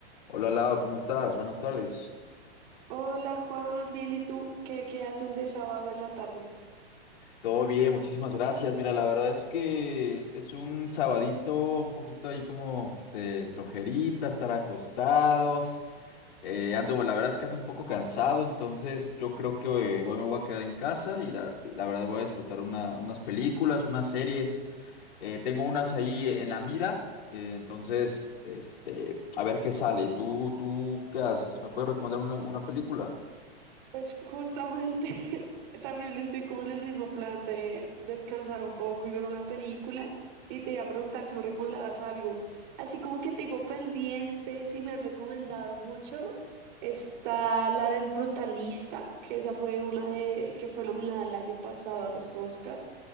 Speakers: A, on the left; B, on the right.
A: Hola Lau, ¿cómo estás? Buenas tardes.
B: Hola Juan, bien, ¿y tú? ¿Qué, qué haces de sábado en la tarde?
A: Todo bien, muchísimas gracias. Mira, la verdad es que es un sabadito un poquito ahí como de flojerita, estar acostados. Eh, ando, la verdad es que ando un poco cansado, entonces yo creo que hoy, hoy me voy a quedar en casa y la, la verdad voy a disfrutar una- unas películas, unas series. Eh, tengo unas ahí en la mira, eh, entonces, este, a ver qué sale. ¿Tú, tú qué haces? ¿Me puedes recomendar una, una película?
B: Pues justamente <laughs> también estoy como en el mismo plan de descansar un poco y ver una película. Y te iba a preguntar si me recomendabas algo. Así como que tengo pendientes y me han recomendado mucho. Está la del Brutalista, que esa fue una de que fue nominada el año pasado a los Oscar.